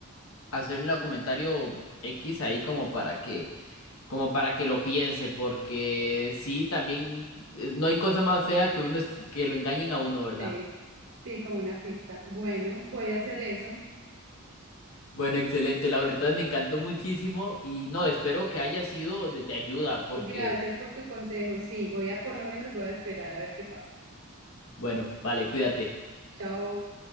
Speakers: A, on the left (about 70°); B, on the right (about 85°).
A: hacerle un comentario X ahí como para que, como para que lo piense, porque sí, también eh, no hay cosa más fea que uno es- que lo engañen a uno, ¿verdad?
B: Sí, sí, como una pista. Bueno, voy a hacer eso.
A: Bueno, excelente, Laura. Entonces me encantó muchísimo y no, espero que haya sido de, de ayuda porque,
B: Gracias por tu consejo. Sí, voy a, por lo menos voy a esperar a ver qué pasa.
A: bueno, vale, cuídate.
B: Chao.